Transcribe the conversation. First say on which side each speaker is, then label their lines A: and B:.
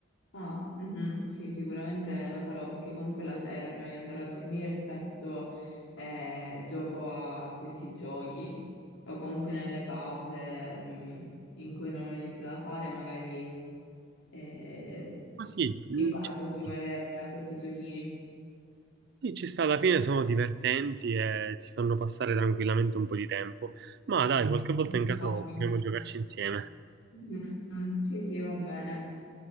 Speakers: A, on the left; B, on the right.
A: Ah, mhm, Sì, sicuramente lo farò perché comunque la sera prima di andare a dormire spesso eh, gioco a questi giochi o comunque nelle pause mh, in cui non ho niente da fare, magari eh,
B: Ma sì, mm,
A: mi piace
B: ci sta.
A: giocare a questi giochini.
B: Sì, ci sta, alla fine sono divertenti e ti fanno passare tranquillamente un po' di tempo. Ma dai, qualche volta
A: Infatti.
B: in caso potremmo giocarci insieme.
A: Mhm, Sì, sì, va bene.